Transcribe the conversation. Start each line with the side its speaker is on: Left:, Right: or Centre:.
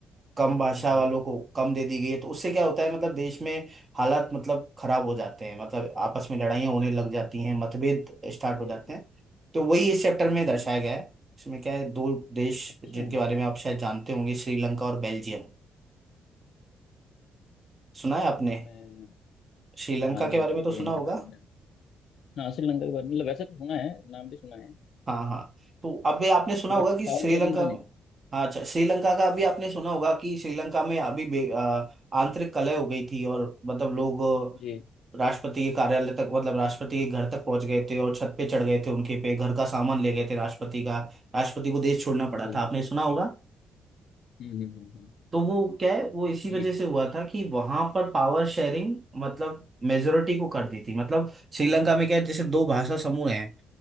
Right: कम भाषा
Left: हम्म,
Right: वालों को कम दे दी गई है तो उससे क्या होता है मतलब देश में हालात मतलब खराब हो जाते हैं मतलब आपस में लड़ाइयाँ होने लग जाती हैं मतभेद स्टार्ट हो
Left: बिल्कुल
Right: जाते हैं तो वही इस चैप्टर
Left: हम्म
Right: में दर्शाया
Left: हम्म।
Right: गया है इसमें क्या है दो देश
Left: अच्छा
Right: जिनके बारे में आप शायद जानते होंगे श्रीलंका और बेल्जियम सुना है आपने
Left: नहीं मैं
Right: श्रीलंका
Left: हाँ नहीं
Right: के बारे में
Left: मुझे
Right: तो सुना
Left: इनके
Right: होगा
Left: बारे में जानना। हाँ श्रीलंका के बारे में मतलब वैसे तो सुना है नाम भी सुना है
Right: हाँ हाँ तो अभी आपने सुना होगा
Left: बट
Right: कि
Left: पावर
Right: श्रीलंका
Left: शेयरिंग का नहीं पता
Right: हाँ, अच्छा श्रीलंका का अभी आपने सुना होगा कि श्रीलंका में अभी बे- अ, आंतरिक कलह हो गई थी और मतलब लोग
Left: जी
Right: राष्ट्रपति के कार्यालय तक मतलब राष्ट्रपति के घर तक पहुंच गए थे और छत पे चढ़ गए थे उनके पे घर का सामान ले गए थे राष्ट्रपति का राष्ट्रपति को देश छोड़ना
Left: जी
Right: पड़ा था आपने सुना होगा
Left: हम्म हम्म हम्म हम्म,
Right: तो वो क्या है वो इसी
Left: जी
Right: वजह से हुआ था कि वहां पर पावर शेयरिंग मतलब मेजोरिटी को कर दी थी मतलब श्रीलंका में क्या है जैसे दो भाषा समूह हैं